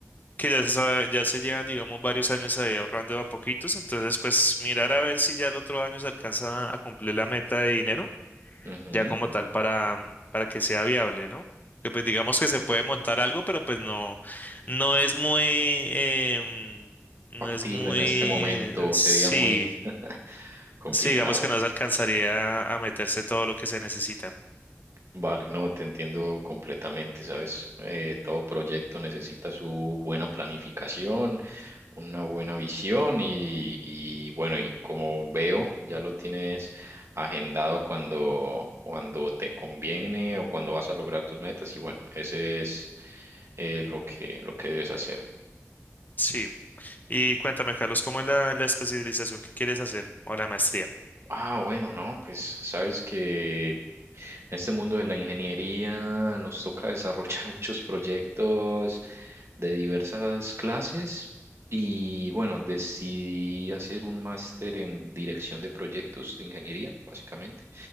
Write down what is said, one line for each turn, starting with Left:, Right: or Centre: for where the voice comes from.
Left: que ya se sabe, ya se llevan, digamos, varios años ahí ahorrando a poquitos, entonces pues mirar a ver si ya el otro año se alcanza a cumplir la meta de dinero
Right: ujú,
Left: ya como tal para, mm, para que sea viable, ¿no? Que pues digamos que se puede montar algo, pero pues no, no es muy, em, no
Right: Factible
Left: es muy,
Right: en este momento
Left: sí,
Right: sería muy <laughs> complicado.
Left: sí, digamos que no se alcanzaría a meterse todo lo que se necesita.
Right: Vale, no, te entiendo completamente, ¿sabes? Eh, todo proyecto necesita su buena planificación, una buena visión y, y bueno, y como veo, ya lo tienes agendado cuando, cuando te conviene o cuando vas a lograr tus metas y bueno, ese es eh, lo que, lo que debes hacer.
Left: Sí. Y cuéntame, Carlos, ¿cómo es la, la especialización que quieres hacer o la maestría?
Right: Ah, bueno, no, pues sabes que en este mundo de la ingeniería nos toca desarrollar <laughs> muchos proyectos de diversas clases y bueno, decidí hacer un máster en dirección de proyectos de ingeniería, básicamente.